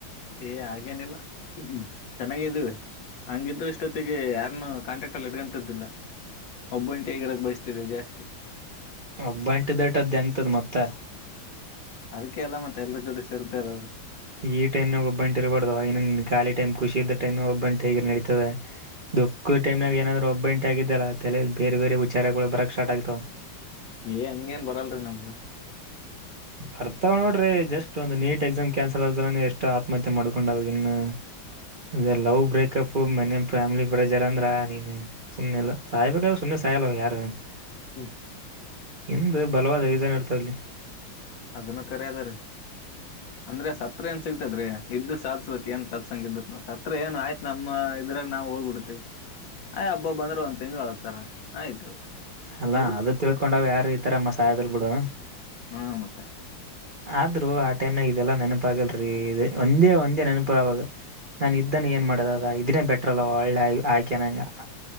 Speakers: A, on the left; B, on the right.
A: ಏ ಹಾಗೇನಿಲ್ಲ ಚೆನ್ನಾಗೆದೆವಿ. ಹಂಗಿದ್ರು ಇಷ್ಟೊತ್ತಿಗೆ ಯಾರನ್ನು ಕಾಂಟಾ್ಯಾಕ್ಟ್ ಅಲ್ಲಿ ಹಡ್ಕಂತದಿಲ್ಲಾ. ಒಬ್ಬೈಗಾರಕ್ ಬಯಸ್ತಿದೆ ಜಾಸ್ತಿ.
B: ಒಬ್ಬ ಎಂಟ ದಟದ ಹೆಂಗ್ತದ ಮತ್ತ.
A: ಅದಕ್ಕೆ ಎಲ್ಲ ಮತ್ತ ಎಲ್ರ ಜೋಡಿ ಸೇರ್ತಾರರು
B: ಈ ಟೈಮ್ನಾಗ ಒಬ್ಬಂಟ ಇರಬಾರ್ದ್ ಇನ್ನನ್ನು ಖಾಲಿ ಟೈಮ್ ಖುಷ ಇದ್ದ ಟೈ್ನ ಒಬ್ಬಂಟ ಈಗ ನಡೀತದೆ. ದುಃಕ್ಕ ಟೈಮನಾಗ ಏನಾದ್ರರು ಒಬ್ಬ ಎಂಟ ಆಗಿದ್ದಲ್ಲ ತಲಲಿ ಬೇರೆ ಬೇರೆ ಉಚಾರಗಳು ಬರಕ್ ಸ್ಟಾರ್ ಆಗ್ತವಾವ.
A: ಏ ಹಂಗೇನ್ ಬರಲ್ರಿ ನಮ್ಗ. <inaudible>
B: ಬರ್ತಾವ್ ನೋಡ್ರಿ ಜಸ್ಟ್ ಒಂದ ನೀಟ್ ಎಕ್ಸಾಮ್ ಕ್ಯಾನ್ಸಲ್ ಆದ್ರ ಎಷ್ಟು ಆತ್ಮಹತ್ಯೆ ಮಾಡ್ಕೊಂಡ ಇನ್ನು ಅ ಲವ್ ಬ್ರೇಕಪ್ ಮನೆ ಫ್ಯಾಮಿಲಿ ಪ್ರಜರ್ ಅಂದ್ರ ನೀನು ಸುಮ್ಮನೆಲ್ಲ ಸಹ್ಬೇಕ ಸುಮ್ನೆ ಸಾಯಲ ಯಾರು
A: ಹ್ಮ್
B: ಹಂದು ಬಲವಾದ ರೀಸನ್ ಇರ್ತಾವಲ್ಲಿ.
A: ಅದನ್ನ ಕರಿದ ರೀ ಅಂದ್ರೆ ಸತ್ರ ಏನ್ ಸಿಗ್ತದ್ರೀ ಇದ್ದು ಸಾಧಸ್ಕ್ ಏನ್ ಸತ್ಸಂಗ ಇದ ನ ಹತ್ರ ಏ ಆಯ್ತ್ ನಮ್ಮ ಇದ್ರಾಗ ನಾವವು ಹೋಗ್ಬಿಡ್ತಿೀವಿ. ಆಯ್ ಹಬ್ಬ ಬಂದ್ರೆ ಒಂದ್ ತಿಂಗಳ ಒಳಗ್ತಾರ ಆಯ್ತು.
B: ಅಲ್ಲ
A: ಇರು
B: ಅದು ತಿಳ್ಕೊಂಡಾವ್ ಯಾರ ಈತರಮ್ಮ ಸಹಾಯದಲ್ ಬಿಡು.
A: ಹಾ ಮತ್ತ
B: ಆದ್ರೂ ಆ ಟೈಮ್ನಾಗ ಇದೆಲ್ಲಾ ನೆನಪ ಆಗಲ್ರಿೀ ಒಂದೇ ಒಂದೇ ನೆನಪುರವಾಗ ನಾನ ಇದ್ದ ಏನ್ ಮಾಡದದ ಇದನ್ನೇ ಬೆಟ್ರ ಅಲ್ಲ ಒಳ್ಳೆ ಆಯ್ಕೆ ನಗೆ